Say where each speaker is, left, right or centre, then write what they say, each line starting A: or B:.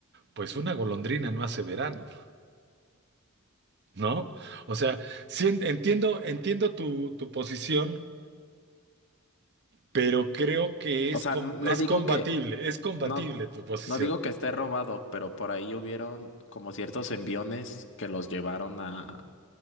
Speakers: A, on the right; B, on the left.
A: pues una golondrina no hace verano, ¿no? O sea, sí en- entiendo, entiendo tu, tu posición, pero creo que
B: o
A: es,
B: sea,
A: com-
B: n- no
A: es
B: digo
A: combatible,
B: que,
A: es combatible
B: no,
A: tu posición.
B: no digo que esté robado, pero por ahí hubieron como ciertos enviones que los llevaron a,